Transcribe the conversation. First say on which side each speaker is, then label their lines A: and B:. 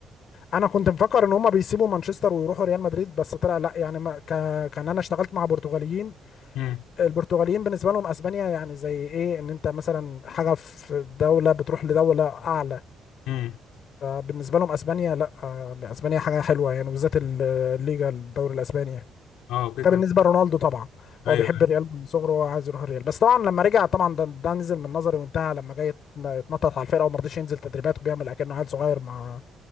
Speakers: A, on the left (about 60°); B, on the left (about 85°).
A: انا كنت مفكر ان هم بيسيبوا مانشستر ويروحوا ريال مدريد بس طلع لا يعني ما ك... كان انا اشتغلت مع برتغاليين
B: مم.
A: البرتغاليين بالنسبه لهم اسبانيا يعني زي ايه ان انت مثلا حاجه في دوله بتروح لدوله اعلى
B: مم.
A: فبالنسبه لهم اسبانيا لا آه، اسبانيا حاجه حلوه يعني وبالذات ال- الليجا الدوري الاسباني يعني
B: اه اوكي
A: ده
B: كده
A: بالنسبه لرونالدو طبعا
B: ايوه
A: هو بيحب الريال من صغره وهو عايز يروح الريال بس طبعا لما رجع طبعا ده, ده نزل من نظري وانتهى لما جاي يتن- يتنطط على الفرقه وما رضيش ينزل تدريبات وبيعمل اكنه عيل صغير مع